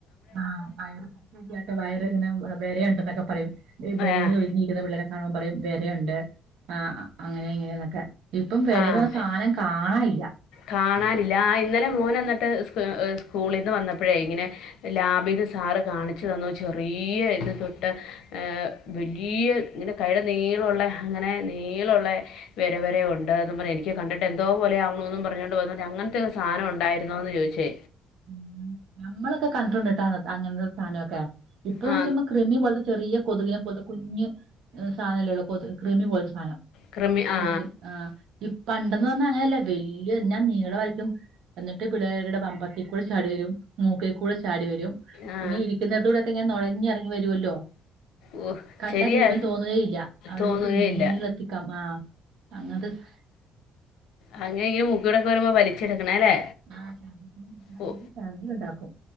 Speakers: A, on the right; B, on the left.
A: ആഹ് വയറ് ശരിയട്ടോ വയറ് ഇങ്ങനെ വെരെയുണ്ട് ന്നൊക്കെ പറയും മെലിഞ്ഞത്
B: ഏഹ്
A: ഒഴിഞ്ഞി രിക്കുന്ന പിള്ളേരെ കാണുമ്പം പറയും വരയുംണ്ട് ആഹ് അങ്ങനെ ഇങ്ങനെന്നൊക്കെ ഇപ്പം വെരെന്ന്
B: ആഹ്
A: പറഞ്ഞ സാനം കാണ്ല്ലാ
B: കാണാനില്ല ആഹ് ഇന്നലെ മോന് എന്നിട്ട് സ് സ്കൂളിന്ന് വന്നപ്പഴേ ഇങ്ങനെ ലാബീത്തെ സാറ് കാണിച്ചു തന്നു ചെറിയ ഇത് തൊട്ട് ഏഹ് വലിയ ഇങ്ങനെ കയ്യ്ടെ നീളുള്ള ഇങ്ങനെ നീളൊള്ളെ വെര വെര യു ണ്ടോന്നും പറഞ്ഞ് എനിക്ക് അത് കണ്ടിട്ട് എന്തോ പോലെ ആവുന്നൂന്നും പറഞ്ഞോണ്ട് വന്ന് അങ്ങനത്തെക്കെ സാധം ഉണ്ടായിന്നോന്ന് ചോയ്ച്ച്
A: ഉം നമ്മളൊക്കെ കണ്ടിട്ടുണ്ട്ട്ടാ അങ്ങ അങ്ങൻത്തെ സാനോക്കെ ഇപ്പഴൊന്ന്
B: ആ
A: ചുമ്മാ കൃമിയെ പോലത്തെ ചെറിയ കൊതുകിനെ പോലത്തെ കുഞ്ഞ് സാനല്ലേ ഒള്ളു കൊതുക് കൃമി പോലത്തെ സാനം
B: ക്രിമി ആ
A: കൊതുക് ആഹ് ഇ പണ്ടെന്ന് പറഞ്ഞ അങ്ങനെയല്ല വല്ല്യ എന്നാ നീളമായിരിക്കും എന്നിട്ട് പിള്ളേരുടെ പമ്പസീ ക്കൂടെ ചാടി വരും മൂക്കീ കൂടെ ചാടി വരും
B: ആ
A: ഇങ്ങനെ ഇരിക്കുന്നടത്ത്കൂടെങ്ങനെ നൊഴഞ്ഞിറങ്ങി വര്യൊല്ലോ
B: ഓ
A: കണ്ടാ
B: ശരിയാ
A: ജീവൻ തോന്ന്കേയില്ല ആഹ്
B: തോന്നുകയില്ല
A: ഒരീസം നീളെത്തി കം ആഹ് അങ്ങൻത്തെ സ്
B: അങ്ങനെ ഈ മൂക്കിക്കൂടെ ഒക്കെ വരുമ്പം വലിച്ചെടുക്ക്ണെ അല്ലേ
A: ആഹ് ഛർദിയും അതികും
B: ഓ
A: ഇണ്ടാക്കും